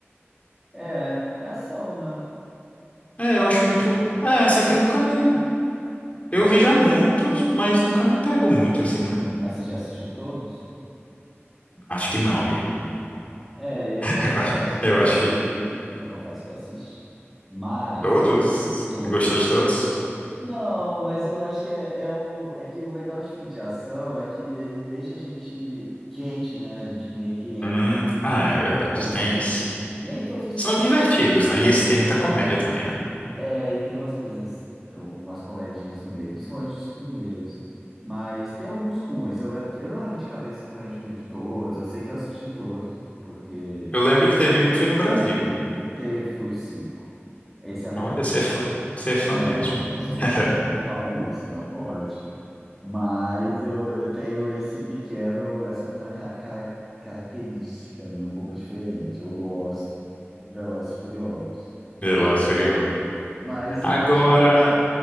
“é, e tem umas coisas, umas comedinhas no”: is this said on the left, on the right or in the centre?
Centre